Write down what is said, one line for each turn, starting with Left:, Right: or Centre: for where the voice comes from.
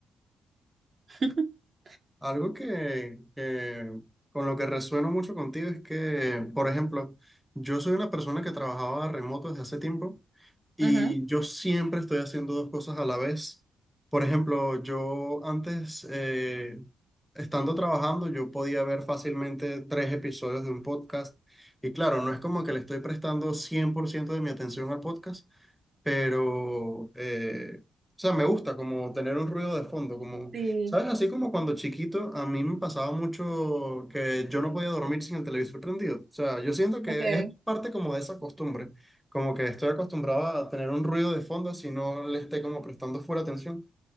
Right: <laughs>
Centre: Algo que, que con lo que resueno mucho contigo es que, por ejemplo, yo soy una persona que trabajaba remoto desde hace tiempo Y
Right: Ujú.
Centre: yo siempre estoy haciendo dos cosas a la vez. Por ejemplo, yo antes, eh, estando trabajando, yo podía ver fácilmente tres episodios de un podcast. Y claro, no es como que le estoy prestando 100% de mi atención al podcast, pero, eh, o sea, me gusta como tener un ruido de fondo, como,
Right: Sí,
Centre: ¿sabes? Así como cuando chiquito a mí me pasaba mucho que yo no podía dormir sin el televisor prendido. O sea, yo siento que
Right: ok.
Centre: es parte como de esa costumbre, como que estoy acostumbrado a tener un ruido de fondo si no le esté como prestando full atención.